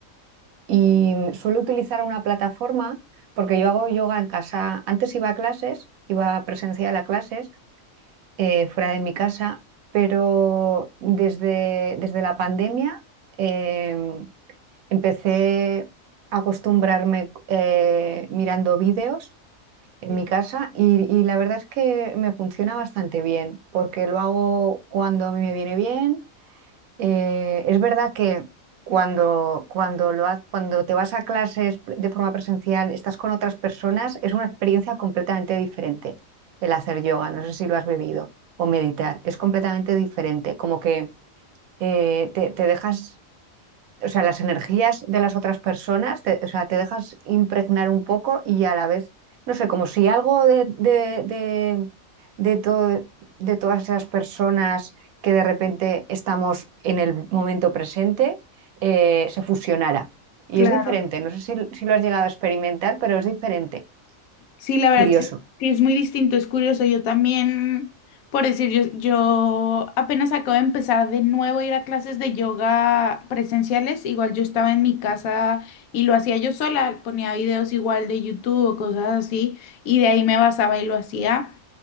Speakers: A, on the right; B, on the left.
A: Y mm, suelo utilizar una plataforma porque yo hago yoga en casa. Antes iba a clases, iba presencial a clases eh, fuera de mi casa, pero desde, desde la pandemia em, empecé a acostumbrarme eh, mirando vídeos en
B: Sí,
A: mi casa y, y la verdad es que me funciona bastante bien, porque lo hago cuando a mí me viene bien eh, es verdad que cuando, cuando, lo ha- cuando te vas a clases de forma presencial, estás con otras personas, es una experiencia completamente diferente el hacer yoga, no sé si lo has vivido, o meditar, es completamente diferente, como que eh, te, te dejas o sea, las energías de las otras personas, te, o sea, te dejas impregnar un poco y a la vez, no sé, como si algo de, de, de, de, to- de todas esas personas que de repente estamos en el momento presente eh, se fusionara. Y
B: Claro.
A: es diferente, no sé si, si lo has llegado a experimentar, pero es diferente,
B: Sí, la verdad
A: curioso.
B: sí es sí es muy distinto, es curioso. Yo también, por decir, yo, yo apenas acabo de empezar de nuevo a ir a clases de yoga presenciales. Igual yo estaba en mi casa y lo hacía yo sola, ponía videos igual de YouTube o cosas así, y de ahí me basaba y lo hacía.